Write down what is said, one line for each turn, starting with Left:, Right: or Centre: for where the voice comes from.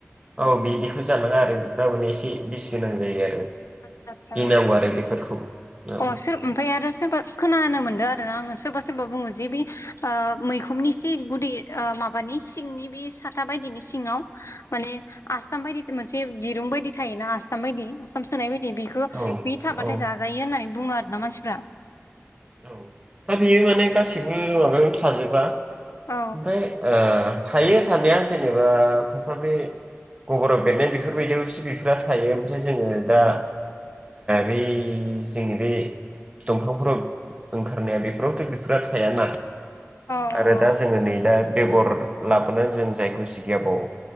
Right: औ बिदिखौ जानाङा आरो थारमाने एसे बिस गोनां जायो आरो
Left: आद आदसा
Right: गिनांगौ आरो बेफोरखौ औ
Left: अ सोर ओमफ्राय आरो सोरबा खोनानोमोन मोनदो आरो सोरबा सोरबा बुङोजि बि मैखुमनि सि गुदि माबानि सिंनि बि साथा बायदिनि सिङाव माने आसथाम बायदि मोनसे दिरुं बायदि थायो आसथाम बायदि आसथाम सोनाय बायदि ए बेखौ
Right: औ
Left: बे थाबाथाय
Right: औ
Left: जाजायो होननानै बुङो आरोना मानसिफ्रा
Right: औ दा बेयो माने गासिबो माबायावनो थाजोबा ओमफ्राय
Left: औ
Right: थायो थानाया जेनेबा खायफा बे गबराव बेरनाय बेफोरबायदियावसो बेफोर थायो ओमफ्राय जोङो दा बै जोंनि बे दंफांफोराव ओंखारनाया बेफोरावथ' बेफोर थायाना
Left: औ
Right: आरो
Left: औ
Right: दा जोङो नै दा बेगर लाबोनानै जों जायखौ जिगियाबाव